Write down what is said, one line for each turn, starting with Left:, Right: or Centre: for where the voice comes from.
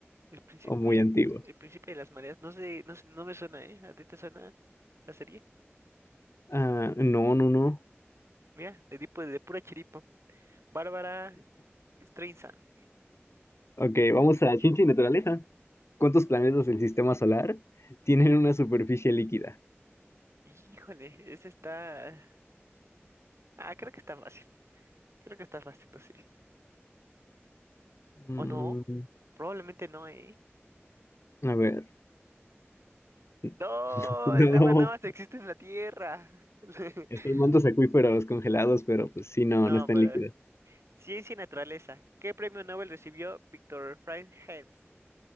Right: El príncipe,
Left: O muy
Right: el,
Left: antiguo.
Right: el príncipe de las mareas. No sé, no, sé- no me suena, ¿eh? ¿A ti te suena la serie?
Left: Ah, no, no, no.
Right: Mira, de tipo de pura chiripa. Bárbara Streisand.
Left: Ok, vamos a ciencia y naturaleza. ¿Cuántos planetas del sistema solar tienen una superficie líquida?
Right: Híjole, ese está. Ah, creo que está fácil. Creo que está fácil, no sé.
Left: Mm,
Right: ¿O no? Probablemente no, ¿eh?
Left: a ver. <laughs>
Right: ¡No!
Left: No,
Right: El agua nada más existe en la tierra. <laughs>
Left: es que hay mantos acuíferos congelados, pero pues sí, no,
Right: No,
Left: no están
Right: pero.
Left: líquidos.
Right: Ciencia y naturaleza. ¿Qué premio Nobel recibió Victor Frank Hens?